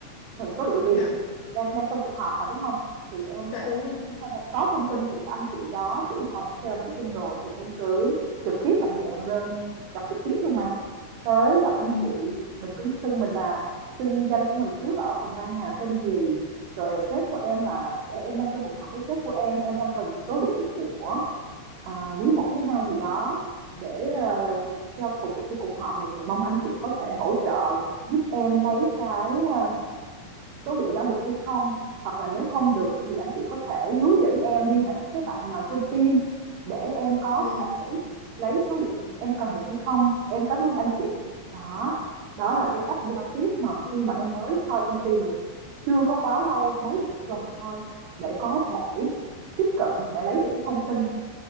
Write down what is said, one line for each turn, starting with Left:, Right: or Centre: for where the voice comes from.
Right: cần số liệu liền
Left: dạ
Right: đang đang trong cuộc họp mà đúng không thì em sẽ
Left: dạ đúng rồi
Right: ờ, đang có thông tin của các anh chị đó trưởng phòng sales marketing rồi thì em cứ trực tiếp mạnh dạn lên gặp trực tiếp luôn mà tới gặp anh
Left: ừ.
Right: chị mình cũng xưng mình là xưng ni danh của mình trước là ở phòng ban nào tên gì rồi sếp của em là em đang trong cuộc họp với sếp của em em đang cần số liệu của à, quý một quý hai gì đó để
Left: Dạ.
Right: ờ, cho phục vụ cho cuộc họp này thì mong anh chị có thể hỗ trợ giúp em lấy cái ờ, số liệu đó được hay không hoặc là nếu không được thì anh chị có thể hướng dẫn em liên hệ với cái bạn nào trong team để em có
Left: Ừ.
Right: thể lấy số liệu được em cần được hay không em cảm ơn anh chị đó đó là
Left: À,
Right: cái cách giao tiếp mà
Left: thế-
Right: khi mà em mới join công ty mà chưa có quá lâu mới được một tuần thôi để có thể tiếp cận để lấy được cái thông tin